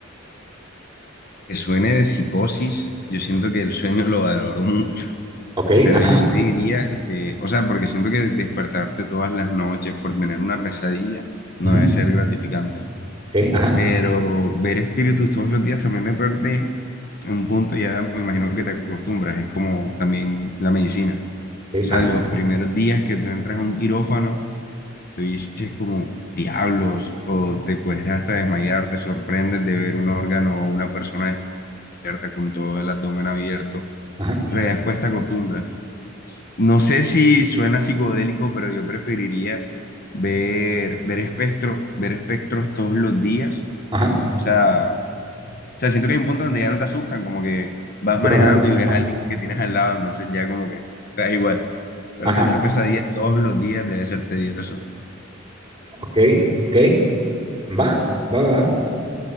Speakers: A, on the left; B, on the right.
A: Que suene de psicosis, yo siento que el sueño lo valoro <laughs> mucho.
B: Ok,
A: Pero
B: ajá,
A: yo te diría que, o sea, porque siento que despertarte todas las noches por tener una pesadilla no
B: ujú,
A: debe ser gratificante.
B: ok, ajá,
A: Pero ver espíritus todos los días también de en un punto ya me imagino que te acostumbras. Es como también la medicina.
B: ok,
A: O sea,
B: ajá,
A: los primeros días que tú entras a un quirófano, tú dices como diablos, o te puedes hasta desmayar, te sorprendes de ver un órgano o una persona descubierta con todo el abdomen abierto.
B: ajá,
A: Pero ya después te acostumbras. No sé si suena psicodélico, pero yo preferiría ver, ver espectro, ver espectros todos los días.
B: ajá,
A: O sea, o sea, siento que hay un punto donde ya no te asustan, como que vas
B: lo
A: manejando
B: normal es,
A: y ves
B: ajá,
A: a alguien que tienes al lado, entonces ya como que te da igual. Pero
B: ajá,
A: tener pesadillas todos los días debe ser tedioso.
B: ok, ok, va, va, va, va,